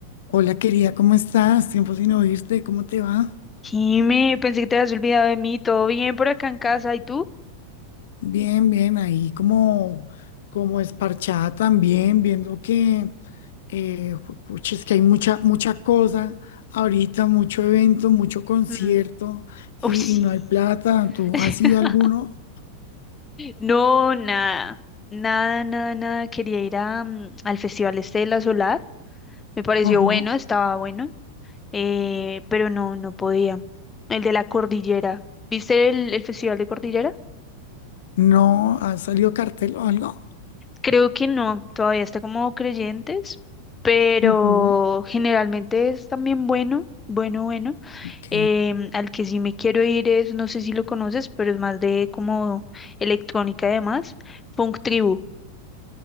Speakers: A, on the left (about 55°); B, on the left (about 15°).
A: Hola querida, ¿cómo estás? Tiempo sin oírte, ¿cómo te va?
B: Jime, pensé que te habías olvidado de mí. ¿Todo bien por acá en casa? ¿Y tú?
A: Bien, bien, ahí como, como esparchada también, viendo que, eh, ju- pucha, es que hay mucha, mucha cosa ahorita, mucho evento, mucho concierto
B: Mm.
A: y,
B: Uy, sí.
A: y no hay plata. ¿Tú
B: <laughs>
A: has ido a alguno?
B: No, nada. Nada, nada, nada. Quería ir a, mm, al Festival este de la Solar. Me pareció
A: Ajá.
B: bueno, estaba bueno. Eh, pero no, no podía. El de la Cordillera. ¿Viste el, el Festival de Cordillera?
A: ¿No? ¿Ha salido cartel o algo?
B: Creo que no, todavía está como creyentes, pero
A: Ujú,
B: generalmente es también bueno, bueno, bueno.
A: Ok.
B: Em, al que sí me quiero ir es, no sé si lo conoces, pero es más de como electrónica además, Funk Tribu,